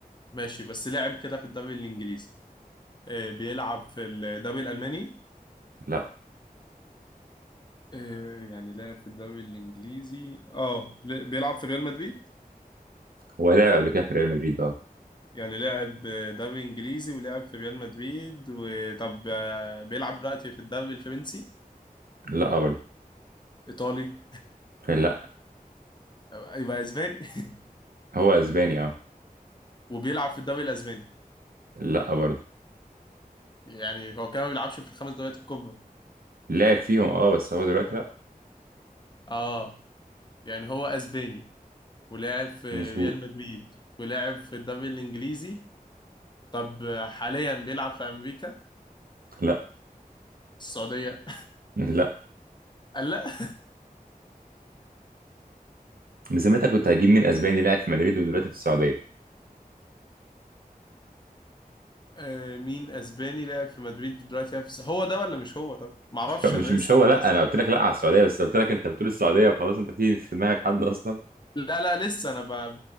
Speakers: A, on the left; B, on the right.
A: ماشي بس لعب كده في الدوري الانجليزي آه، بيلعب في الدوري الالماني
B: لا
A: آه، يعني لاعب في الدوري الإنجليزي اه ل- بيلعب في ريال مدريد
B: هو لعب قبل كده في ريال مدريد اه
A: يعني لاعب آه، دوري إنجليزي ولاعب في ريال مدريد وطب آه، بيلعب دلوقتي في الدوري الفرنسي
B: لا برضه
A: إيطالي
B: لا
A: آه، يبقى أسباني <laughs>
B: هو اسباني اه
A: وبيلعب في الدوري الأسباني
B: لا برضه
A: يعني هو كمان ما بيلعبش في الخمس دوريات الكبرى
B: لعب فيهم اه بس هو دلوقتي لا
A: اه يعني هو أسباني ولاعب في
B: مظبوط
A: ريال مدريد ولاعب في الدوري الإنجليزي طب آه، حاليا بيلعب في أمريكا
B: لا
A: السعودية
B: لا
A: <laughs> قال لا <laughs>
B: بذمتك كنت هجيب مين اسباني لاعب في مدريد ودلوقتي في السعوديه
A: آه، مين اسباني لعب في مدريد ودلوقتي لعب في الس- هو ده ولا مش هو طب ما اعرفش
B: مش هو- مش
A: انا لسه
B: مش هو لا
A: انا بس
B: انا قلت لك لا على السعوديه بس قلت لك انت بتقول السعوديه وخلاص انت في في دماغك حد اصلا
A: لا لا لسه انا ب...